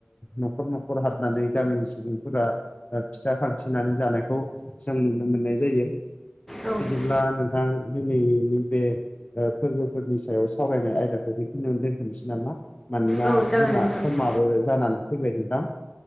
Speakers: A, on the left; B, in the centre.
A: न'खर न'खर हाबनानै गामिनि सुबुंफोरा फिथा खांफिनानै जानायखौ जों नुनो मोननाय जायो
B: औ
A: बिदिब्ला नोंथां दिनैनि बे फोरबोफोरनि सायाव सावरायनाय आयदाखौ बेखिनिनो दोनथनोसै नामा। मानोना
B: औ जागोन
A: जोंहा
B: नोंथां
A: समाबो जानानै फैबाय नोंथां।